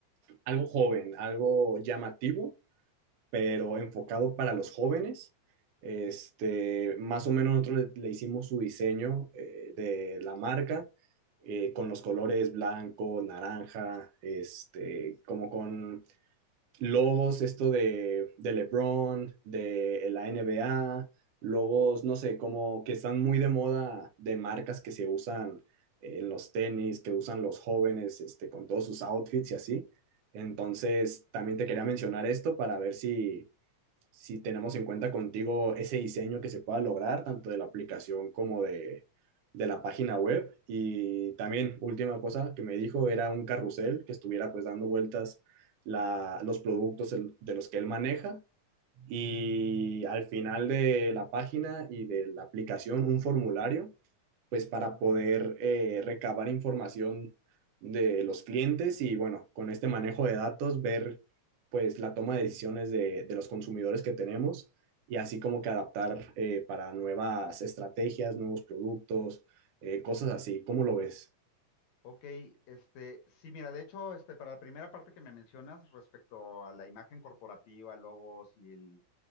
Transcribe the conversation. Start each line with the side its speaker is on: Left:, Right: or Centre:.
Right: algo joven, algo llamativo, pero enfocado para los jóvenes. Este, más o menos nosotros le, le hicimos su diseño eh, de la marca eh, con los colores blanco, naranja, este, como con logos, esto de, de LeBron, de la NBA, logos, no sé, como que están muy de moda de marcas que se usan en los tenis, que usan los jóvenes, este, con todos sus outfits y así. Entonces, también te quería mencionar esto para ver si, si tenemos en cuenta contigo ese diseño que se pueda lograr, tanto de la aplicación como de, de la página web. Y también, última cosa que me dijo, era un carrusel que estuviera pues dando vueltas la, los productos el- de los que él maneja. Y al final de la página y de la aplicación, un formulario pues para poder eh, recabar información de los clientes y bueno, con este manejo de datos ver pues la toma de decisiones de, de los consumidores que tenemos y así como que adaptar eh, para nuevas estrategias, nuevos productos, eh, cosas así. ¿Cómo lo ves?
Left: Ok, este, sí, mira, de hecho, este, para la primera parte que me mencionas respecto a la imagen corporativa, logos y el,